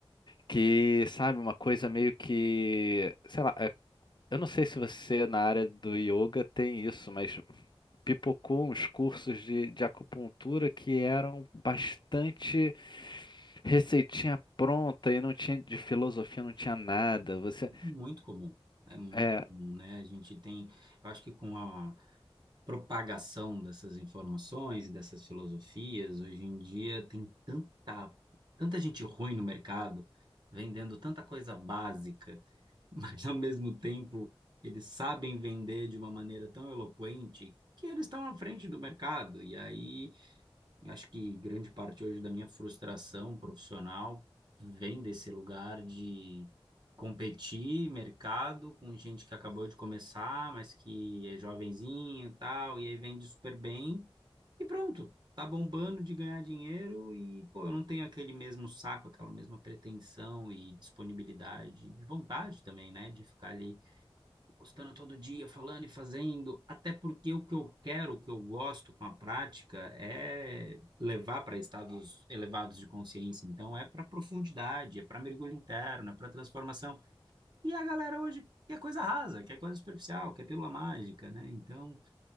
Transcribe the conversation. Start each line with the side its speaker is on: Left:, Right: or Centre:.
Left: que, sabe, uma coisa meio que, sei lá, é- eu não sei se você na área do yoga tem isso, mas pipocou uns cursos de, de acupuntura que eram bastante receitinha pronta e não tinha de filosofia, não tinha nada. Você
Right: Muito comum, é muito
Left: é,
Right: comum, né? A gente tem, eu acho que com a propagação dessas informações e dessas filosofias, hoje em dia tem tanta, tanta gente ruim no mercado, vendendo tanta coisa básica, <laughs> mas ao mesmo tempo eles sabem vender de uma maneira tão eloquente que eles estão à frente do mercado. E aí eu Acho que grande parte hoje da minha frustração profissional vem desse lugar de competir mercado com gente que acabou de começar, mas que é jovenzinho e tal, e aí vende super bem e pronto, tá bombando de ganhar dinheiro e pô, eu não tenho aquele mesmo saco, aquela mesma pretensão e disponibilidade, de vontade também, né, de ficar ali postando todo dia, falando e fazendo, até porque o que eu quero, o que eu gosto com a prática é levar para estados elevados de consciência. Então, é para profundidade, é para mergulho interno, é para transformação. E a galera hoje quer coisa rasa, quer coisa superficial, quer pílula mágica, né? Então,